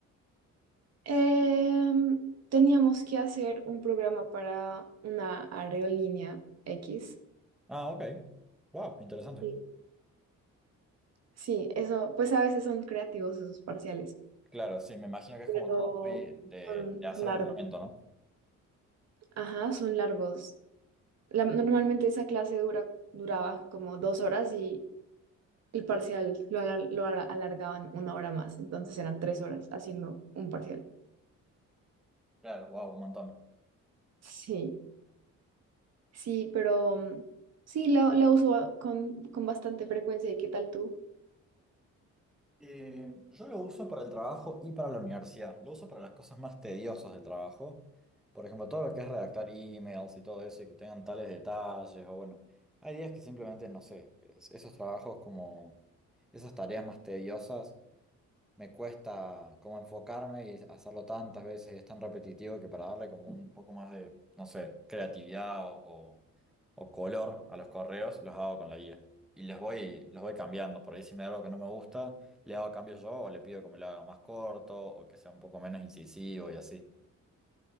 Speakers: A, on the right (about 60°); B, in the centre.
A: em, teníamos que hacer un programa para una aerolínea X.
B: Ah, ok. Wow, interesante.
A: Y Sí, eso, pues a veces son creativos esos parciales.
B: Claro, sí, me imagino que es
A: pero
B: como todo muy de,
A: son,
B: de hacer
A: son largos.
B: en el momento, ¿no?
A: Ajá, son largos. La- normalmente esa clase dura, duraba como dos horas y el parcial lo, alar- lo ala- alargaban una hora más, entonces eran tres horas haciendo un parcial.
B: Claro, wow, un montón.
A: Sí, sí, pero mm, sí, la, la uso a- con, con bastante frecuencia. ¿Y qué tal tú?
B: Eh, yo lo uso para el trabajo y para la universidad. Lo uso para las cosas más tediosas del trabajo. Por ejemplo, todo lo que es redactar emails y todo eso y que tengan tales detalles o bueno, hay días que simplemente, no sé, es- esos trabajos como esas tareas más tediosas me cuesta como enfocarme y hacerlo tantas veces, es tan repetitivo que para darle como un poco más de, no sé, creatividad o o color a los correos, los hago con la guía. Y les voy, los voy cambiando. Por ahí si me da algo que no me gusta, le hago cambios yo o le pido que me lo haga más corto o que sea un poco menos incisivo y así.